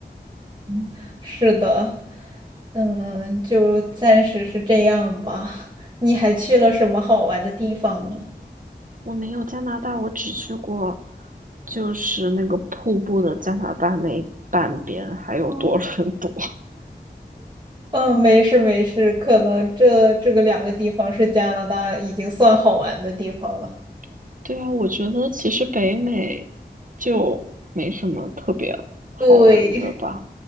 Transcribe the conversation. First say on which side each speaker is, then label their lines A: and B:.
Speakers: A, on the right; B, on the right.
A: <laughs> 是的，嗯，就暂时是这样吧。你还去了什么好玩的地方吗？
B: 我没有加拿大，我只去过就是那个瀑布的加拿大那半边，还有多伦多。
A: 哦 <laughs> 哦没事没事，可能这这个两个地方是加拿大已经算好玩的地方了。
B: <laughs> 对啊，我觉得其实北美就没什么特别好玩的吧，
A: 对，